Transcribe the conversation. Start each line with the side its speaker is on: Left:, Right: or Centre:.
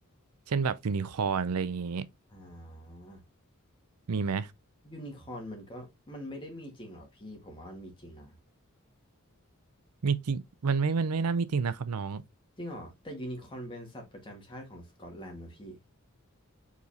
Right: เช่นแบบยูนิคอร์นอะไรอย่างงี้
Left: อ่า
Right: มีไหม
Left: ยูนิคอร์นมันก็มันไม่ได้มีจริงหรอพี่ผมว่ามันมีจริงนะ
Right: มีจริงมันไม่มันไม่น่ามีจริงนะครับน้อง
Left: จริงเหรอแต่ยูนิคอร์นเป็นสัตว์ประจำชาติของสกอตแลนด์นะพี่